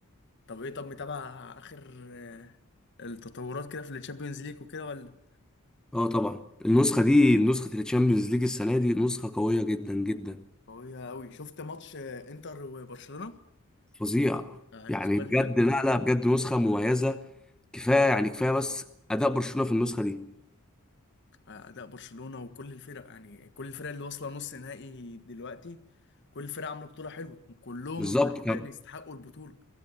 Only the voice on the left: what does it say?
طب ايه طب متابع اخر آه، التطورات كده في الشامبيونز ليج وكده ولا؟
قوية أوي شفت ماتش آه، انتر وبرشلونة
آه، الأسبوع
اللي فات
آه، أداء برشلونة وكل الفرق يعني كل الفرق اللي واصلة نص نهائي دلوقتي كل الفرق عاملة بطولة حلوة وكلهم
حرفيا
يستحقوا البطولة